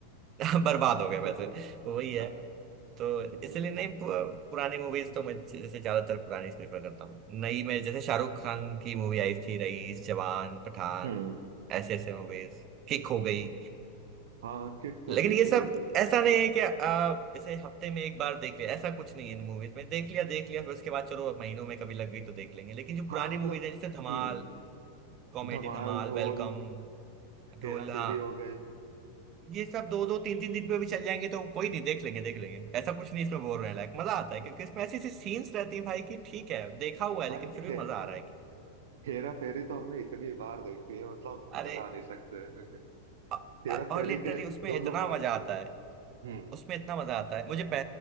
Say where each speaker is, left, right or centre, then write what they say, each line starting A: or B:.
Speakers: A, on the right (about 35°); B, on the right (about 60°).
A: <laughs> बर्बाद हो
B: <laughs>
A: गए वैसे वही है
B: हाँ
A: तो इसलिए
B: हम्म
A: नहीं पु- पुरानी मूवीज तो मैं जैसे ज्यादातर पुरानी प्रेफर करता हूँ नई में जैसे शाहरुख खान की मूवी आई थी रईस जवान पठान
B: हम्म
A: ऐसे ऐसे मूवीज किक हो गई
B: हाँ किक तो
A: लेकिन
B: ठीक
A: ये सब
B: मूवी थी
A: ऐसा नहीं है कि आ, इसे हफ्ते में एक बार देख लिया ऐसा कुछ नहीं है इन मूवीज में देख लिया देख लिया फिर उसके बाद चलो अब महीनों में कभी लग गई तो देख लेंगे लेकिन जो
B: हाँ
A: पुरानी
B: मतलब
A: मूवीज है जैसे धमाल
B: हम्म
A: कॉमेडी
B: धमाल
A: धमाल
B: ढोल
A: वेलकम ढोल
B: हेरा
A: हाँ
B: फेरी हो गई
A: ये सब दो दो तीन तीन दिन पे भी चल जाएंगे तो कोई नहीं देख लेंगे देख लेंगे ऐसा कुछ नहीं इसमें बोर होने लायक मजा आता है क्योंकि इसमें ऐसी ऐसी सीन्स रहती हैं भाई कि ठीक है देखा हुआ है लेकिन
B: भाई
A: फिर भी
B: हे,
A: मजा आ रहा है कि
B: हेरा फेरी तो हमने इतनी बार देखी है मतलब
A: अरे
B: बता नहीं सकते
A: अ-
B: <laughs> हेरा
A: अ- और
B: फेरी
A: लिटरली
B: के
A: उसमें
B: दोनों
A: इतना
B: पार्ट
A: मजा आता है
B: हम्म
A: उसमें इतना मजा आता है मुझे